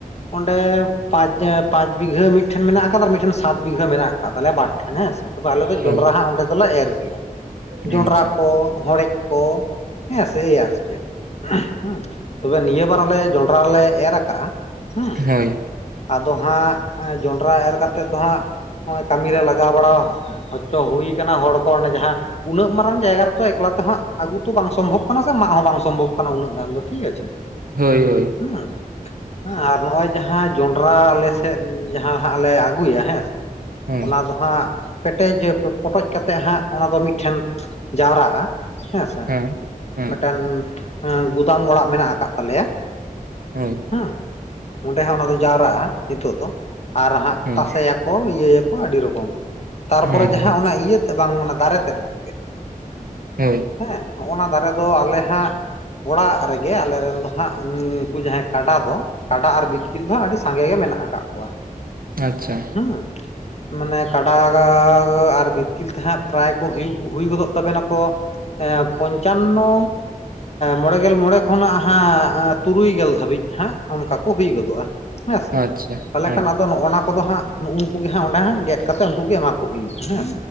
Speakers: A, on the left; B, on the right.
A: ᱚᱸᱰᱮ ᱯᱟᱸᱪ ᱯᱟᱸᱪ ᱵᱤᱜᱷᱟᱹ ᱢᱤᱫᱴᱷᱮᱱ ᱢᱮᱱᱟᱜ ᱟᱠᱟᱫᱟ ᱟᱨ ᱢᱤᱫᱴᱷᱮᱱ ᱥᱟᱛ ᱵᱤᱜᱷᱟᱹ ᱢᱮᱱᱟᱜ ᱠᱟᱫ ᱛᱟᱞᱮᱭᱟ ᱵᱟᱨ ᱴᱷᱮᱱ ᱦᱮᱸ ᱥᱮ᱾ ᱵᱟ ᱟᱞᱮ ᱫᱚ
B: ᱦᱳᱭ
A: ᱡᱚᱸᱰᱨᱟ ᱦᱟᱸᱜ ᱚᱸᱰᱮ ᱫᱚᱞᱮ ᱮᱨ ᱜᱮᱭᱟ
B: ᱟᱪᱪᱷᱟ
A: ᱡᱚᱸᱰᱨᱟ ᱠᱚ, ᱦᱚᱲᱮᱡ ᱠᱚ᱾ ᱦᱮᱸ ᱥᱮ ᱮᱹᱭ ᱟᱨ ᱪᱮᱫ ᱦᱩᱸ, ᱛᱚᱵᱮ ᱱᱤᱭᱟᱹ ᱵᱟᱨ ᱟᱞᱮ ᱡᱚᱸᱰᱨᱟ ᱨᱮᱞᱮ ᱮᱨ ᱠᱟᱜᱼᱟ ᱦᱩᱸ,
B: ᱦᱳᱭ
A: ᱟᱫᱚ ᱦᱟᱸᱜ ᱡᱚᱸᱰᱨᱟ ᱮᱨ ᱠᱟᱛᱮᱫ ᱫᱚ ᱦᱟᱸᱜ ᱦᱟᱸ, ᱠᱟᱹᱢᱤ ᱨᱮ ᱞᱟᱜᱟᱣ ᱵᱟᱲᱟ ᱦᱚᱭᱛᱚ ᱦᱩᱭ ᱠᱟᱱᱟ ᱦᱚᱲ ᱠᱚ, ᱚᱸᱰᱮ ᱡᱟᱦᱟᱸ ᱩᱱᱟᱹᱜ ᱢᱟᱨᱟᱝ ᱡᱟᱭᱜᱟ ᱨᱮᱛᱚ ᱮᱠᱞᱟ ᱛᱮᱦᱟᱸᱜ ᱟᱹᱜᱩ ᱛᱚ ᱵᱟᱝ ᱥᱚᱢᱵᱷᱚᱵᱽ ᱠᱟᱱᱟ ᱥᱮ ᱢᱟᱜ ᱦᱚᱸ ᱵᱟᱝ ᱥᱚᱢᱵᱷᱚᱵᱽ ᱠᱟᱱᱟ ᱩᱱᱟᱹᱜ ᱜᱟᱱ ᱫᱚ ᱴᱷᱤᱠ ᱟᱪᱷᱮ᱾
B: ᱦᱳᱭ ᱦᱳᱭ᱾
A: ᱦᱩᱸ, ᱦᱮᱸ ᱟᱨ ᱱᱚᱜᱼᱚᱭ ᱡᱟᱦᱟᱸ ᱡᱚᱸᱰᱨᱟ ᱟᱞᱮ ᱥᱮᱫ ᱡᱟᱦᱟᱸ ᱦᱟᱸᱜ ᱞᱮ ᱟᱹᱜᱩᱭᱟ ᱦᱮᱸ ᱥᱮ,
B: ᱦᱳᱭ
A: ᱚᱱᱟ ᱫᱚ ᱦᱟᱸᱜ ᱯᱮᱴᱮᱡ ᱯᱚᱴᱚᱡ ᱠᱟᱛᱮᱫ ᱦᱟᱸᱜ ᱚᱱᱟ ᱫᱚ ᱢᱤᱫᱴᱷᱮᱱ ᱡᱟᱣᱨᱟᱜᱼᱟ᱾ ᱦᱮᱸᱥᱮ
B: ᱦᱳᱭ ᱦᱮᱸ
A: ᱢᱤᱫᱴᱟᱱ ᱜᱩᱫᱟᱢ ᱚᱲᱟᱜ ᱢᱮᱱᱟᱜ ᱟᱠᱟᱜ ᱛᱟᱞᱮᱭᱟ᱾
B: ᱦᱳᱭ᱾
A: ᱦᱩᱸ, ᱚᱸᱰᱮ ᱦᱚᱸ ᱚᱱᱟ ᱫᱚ ᱡᱟᱣᱨᱟᱜᱼᱟ ᱦᱤᱛᱳᱜ ᱫᱚ᱾ ᱟᱨ ᱦᱟᱸᱜ
B: ᱦᱳᱭ
A: ᱛᱟᱥᱮᱭᱟᱠᱚ ᱤᱭᱟᱹᱭ ᱟᱠᱚ ᱟᱹᱰᱤ ᱨᱚᱠᱚᱢ, ᱛᱟᱨᱯᱚᱨᱮ
B: ᱦᱳᱭ
A: ᱡᱟᱦᱟᱸ ᱚᱱᱟ ᱤᱭᱟᱹ ᱛᱮᱫ ᱵᱟᱝ ᱟᱱᱟ ᱫᱟᱨᱮ ᱛᱮᱫ ᱜᱚᱝᱠᱮ᱾
B: ᱦᱳᱭ ᱾
A: ᱦᱮᱸ ᱱᱚᱜᱼᱱᱟ ᱫᱟᱨᱮ ᱫᱚ ᱟᱞᱮ ᱦᱟᱸᱜ ᱚᱲᱟᱜ ᱨᱮᱜᱮ ᱟᱞᱮ ᱨᱮᱱ ᱫᱚ ᱦᱟᱸᱜ ᱩᱱᱠᱩ ᱡᱟᱦᱟᱸᱭ ᱠᱟᱰᱟ ᱫᱚ ᱠᱟᱰᱟ ᱟᱨ ᱵᱤᱛᱠᱤᱞ ᱫᱚ ᱦᱚᱸ ᱟᱹᱰᱤ ᱥᱟᱸᱜᱮ ᱜᱮ ᱢᱮᱱᱟᱜ ᱟᱠᱟᱜ ᱠᱚᱣᱟ᱾
B: ᱟᱪᱪᱷᱟ᱾
A: ᱦᱩᱸ ᱢᱟᱱᱮ ᱠᱟᱰᱟ ᱟᱨ ᱵᱤᱛᱠᱤᱞ ᱛᱮ ᱦᱟᱸᱜ ᱯᱨᱟᱭ ᱠᱚ ᱦᱩᱭ ᱜᱚᱫᱚᱜ ᱛᱟᱵᱮ ᱱᱟᱠᱚ ᱯᱚᱧᱪᱟᱱᱱᱚ ᱢᱚᱬᱮ ᱜᱮᱞ ᱢᱚᱬᱮ ᱠᱷᱚᱱᱟᱜ ᱦᱟᱸᱜ ᱛᱩᱨᱩᱭ ᱜᱮᱞ ᱫᱷᱟᱹᱵᱤᱡ ᱦᱟᱸᱜ ᱚᱱᱠᱟ ᱠᱚ ᱦᱩᱭ ᱜᱚᱫᱚᱜᱼᱟ ᱦᱮᱸ ᱥᱮ ᱾
B: ᱟᱪᱪᱷᱟ ᱾
A: <unintelligible> ᱟᱫᱚ ᱱᱚᱜ ᱚᱱᱟ ᱠᱚᱫᱚ ᱦᱟᱸᱜ ᱩᱱᱠᱩ ᱜᱮ ᱦᱟᱸᱜ ᱚᱸᱰᱮ ᱦᱟᱸᱜ ᱜᱮᱫ ᱠᱟᱛᱮᱜ ᱩᱱᱠᱩ ᱜᱮ ᱮᱢᱟ ᱠᱚ ᱦᱩᱭᱩᱜᱼᱟ ᱦᱮᱸ